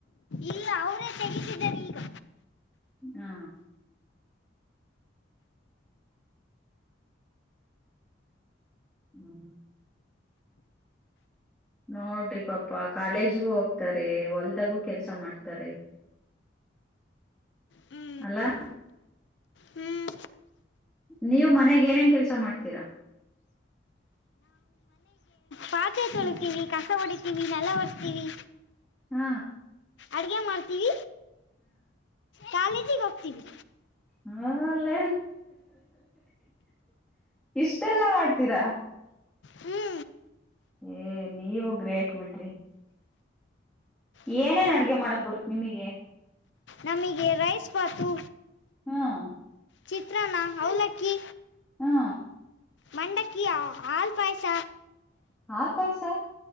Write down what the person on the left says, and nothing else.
ಇಲ್ಲ ಅವರೇ ತೆಗಿತಿದ್ದಾರೆ ಈಗ
ಹ್ಞೂ
ಹ್ಞೂ
ಪಾತೆ ತೊಳಿತೀವಿ
ಕಸ ಹೊಡಿತೀವಿ ನೆಲ ವರ್ಸ್ತಿವಿ.
ಅಡಗೆ ಮಾಡ್ತೀವಿ. ಕಾಲೀಜಿಗೆ ಹೋಗ್ತವಿ.
ಹ್ಮ
ಹ್ಞೂ
ನಮಗೆ ರೈಸ್ ಬಾತು.
ಚಿತ್ರನಾ ಅವಲಕ್ಕಿ.
ಮಂಡಕ್ಕಿ ಹಾಲ್ ಪಾಯಸ.